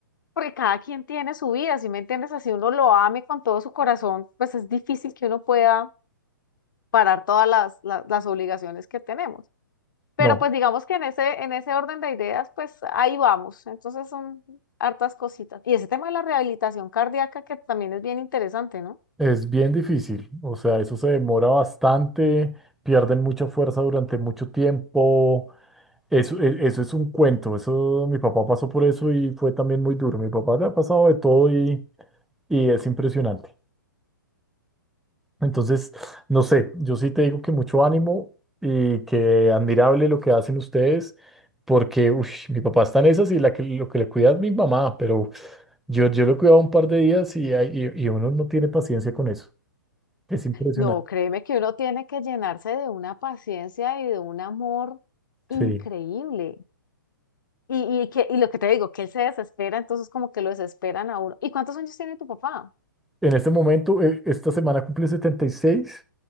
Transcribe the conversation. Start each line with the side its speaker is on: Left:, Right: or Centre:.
Left: porque cada quien tiene su vida, ¿sí me entiendes? Así uno lo ame con todo su corazón, pues es difícil que uno pueda parar todas las, las las obligaciones que tenemos. Pero
Centre: No,
Left: pues digamos que en ese, en ese orden de ideas, pues ahí vamos. Entonces son hartas cositas. Y ese tema de la rehabilitación cardíaca que también es bien interesante, ¿no?
Centre: es bien difícil, o sea, eso se demora bastante, pierden mucha fuerza durante mucho tiempo, eso, e- eso es un cuento, eso mi papá pasó por eso y fue también muy duro, mi papá le ha pasado de todo y, y es impresionante. Entonces, no sé, yo sí te digo que mucho ánimo y que admirable lo que hacen ustedes, porque ush, mi papá está en esas y la que, lo que le cuida es mi mamá, pero yo, yo lo he cuidado un par de días y, hay- y y uno no tiene paciencia con eso, es impresionante.
Left: No, créeme que uno tiene que llenarse de una paciencia y de un amor increíble.
Centre: Sí.
Left: Y, y, que, y lo que te digo, que él se desespera, entonces como que lo desesperan a uno. ¿Y cuántos años tiene tu papá?
Centre: En este momento, eh, esta semana cumple setenta y, seis